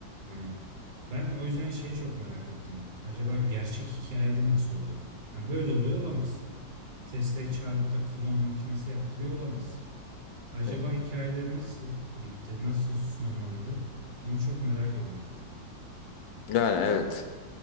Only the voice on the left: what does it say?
hı hı.
Yani evet.